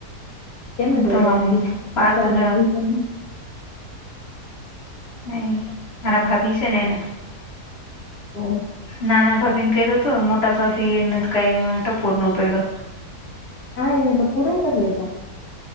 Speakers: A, on the left; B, on the left.
A: કેમે
B: એકદમ
A: ક્યો
B: આમ
A: હતો
B: વાતું નહીં મારા ભાભી છે ને એને
A: તો
B: નાના. ભાભી ને કર્યો હતો મોટા ભાભી એને તો કાંઈ ફોન ના ઉપાડ્યો.
A: હા એને તો પુરાય કર નાઇખા.